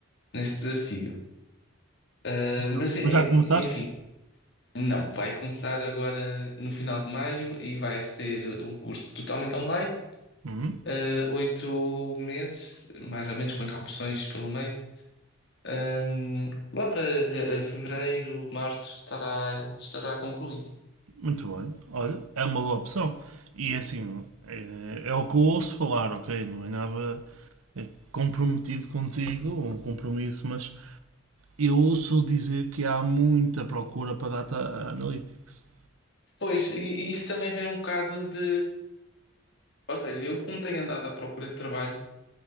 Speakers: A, on the left; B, on the right.
A: neste desafio. Uh, mas,
B: Não.
A: e-
B: Mas
A: e-
B: já começaste?
A: enfim, não, vai começar agora no final de maio e vai ser um curso totalmente online,
B: Uhum,
A: uh, oito meses, mais ou menos, com interrupções pelo meio. Ahm, lá para eh, fevereiro, março, estará, estará concluído.
B: muito bem. Olha, é uma boa opção. E é assim, é, é o que eu ouço falar, ok? Não é nada é, comprometido contigo, ou um compromisso, mas eu ouço dizer que há muita procura para data analytics.
A: Pois, e e isso também vem um bocado de. Ou seja, eu, como tenho andado à procura de trabalho,